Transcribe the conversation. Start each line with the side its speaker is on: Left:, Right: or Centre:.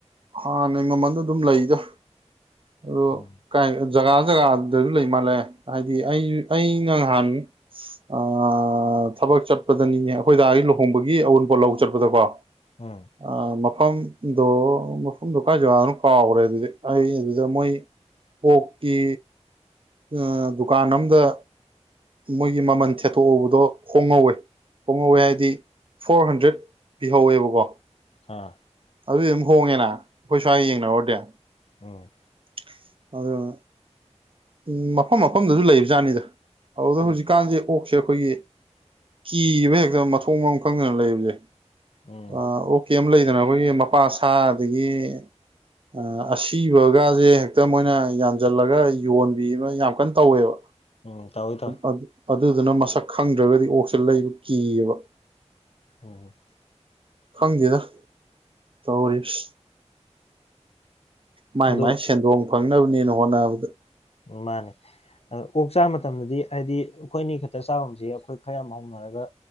Right: ꯍꯥꯟꯅꯩ ꯃꯃꯜꯗꯣ ꯑꯗꯨꯝ ꯂꯩꯗ ꯑꯣ__
Left: ꯎꯝ
Right: ꯀꯥꯢ ꯖꯒꯥ ꯖꯒꯥꯗꯖꯨ ꯂꯩ ꯃꯥꯜꯂꯦ ꯍꯥꯏꯗꯤ ꯑꯩ ꯑꯩꯅ ꯅꯍꯥꯟ__ ꯑꯑꯑꯑ ꯊꯕꯛ ꯆꯠꯄꯗꯅꯤꯅꯦ ꯑꯩꯈꯣꯏꯗꯥꯒꯤ ꯂꯨꯍꯣꯡꯕꯒꯤ ꯑꯎꯟꯄꯣꯠ ꯂꯧ ꯆꯠꯄꯗꯀꯣ__
Left: ꯎꯝ
Right: ꯑ ꯃꯐꯝꯗꯣ ꯃꯐꯝꯗꯣ ꯀꯥꯏ ꯖꯒꯥꯗꯅꯣ ꯀꯥꯎꯒ꯭ꯔꯦ ꯑꯗꯨꯗꯤ ꯑꯩ ꯑꯗꯨꯗ__ ꯃꯣꯏ ꯄꯣꯛꯀꯤ ꯑ ꯗꯨꯀꯥꯟ ꯑꯝꯗ ꯃꯣꯏꯒꯤ ꯃꯃꯟ ꯊꯦꯠꯇꯣꯛꯎꯕꯗꯣ ꯍꯣꯡꯍꯧꯋꯦ ꯍꯣꯡꯉꯧꯋꯦ ꯍꯥꯏꯗꯤ ꯐꯣꯔ ꯍꯟꯗ꯭ꯔꯦꯠ ꯄꯤꯍꯧꯋꯦꯕꯀꯣ
Left: ꯑꯥ
Right: ꯑꯗꯨꯗꯤ ꯑꯗꯨꯝ ꯍꯣꯡꯉꯦꯅ ꯑꯩꯈꯣꯏ ꯁ꯭ꯋꯥꯏꯒ ꯌꯦꯡꯅꯔꯨꯔꯗꯤ
Left: ꯎꯝ
Right: <unintelligible> ꯎꯝ ꯃꯐꯝ ꯃꯐꯝꯗꯖꯨ ꯂꯩꯕ ꯖꯥꯠꯅꯤꯗ ꯑꯗꯨꯗ
Left: ꯎꯝ
Right: ꯍꯧꯖꯤꯛꯀꯥꯟꯖꯦ ꯑꯣꯛꯁꯦ ꯑꯩꯈꯣꯏꯒꯤ__ ꯀꯤꯌꯦꯕ ꯍꯦꯛꯇ ꯃꯊꯣꯡ ꯃꯕꯝ ꯈꯪꯗꯅ ꯂꯩꯕꯖꯦ
Left: ꯎꯝ
Right: ꯑ ꯑꯣꯛ ꯀꯩꯝ ꯂꯩꯗꯅ ꯑꯩꯈꯣꯏꯒꯤ ꯃꯄꯥ ꯁ ꯑꯗꯒꯤ__ ꯑ ꯑꯁꯤꯕꯒꯁꯦ ꯍꯦꯛꯇ ꯃꯣꯏꯅ ꯌꯥꯟꯁꯤꯜꯂꯒ__ ꯌꯣꯟꯕꯤ ꯑꯃ ꯌꯥꯝ ꯀꯟꯅ ꯇꯧꯋꯦꯕ
Left: ꯎꯝ ꯎꯝ ꯇꯧꯋꯤ ꯇꯧꯋꯤ
Right: ꯑꯑꯗꯨ ꯑꯗꯨꯗꯨꯅ ꯃꯁꯛ ꯈꯪꯗ꯭ꯔꯒꯗꯤ ꯑꯣꯛꯁꯦ ꯂꯩꯕ ꯀꯤꯌꯦꯕ
Left: ꯎꯝ <unintelligible>
Right: ꯈꯪꯗꯦꯗ ꯇꯧꯔꯤꯁꯤꯢ ꯃꯥꯏ
Left: ꯑꯗꯨ
Right: ꯃꯥꯏ ꯁꯦꯟꯗꯣꯡ ꯐꯪꯅꯕꯅꯦꯅ ꯍꯣꯠꯅꯕꯗ
Left: ꯎꯝ ꯃꯥꯅꯦ ꯑꯗ ꯑꯣꯛ ꯆꯥꯕ ꯃꯇꯝꯗꯗꯤ ꯍꯥꯏꯗꯤ ꯑꯩꯈꯣꯏ ꯑꯅꯤ ꯈꯛꯇ ꯆꯥꯒꯨꯝꯖꯦ ꯑꯩꯈꯣꯏ ꯈꯔ ꯌꯥꯝ ꯍꯧꯅꯔꯒ__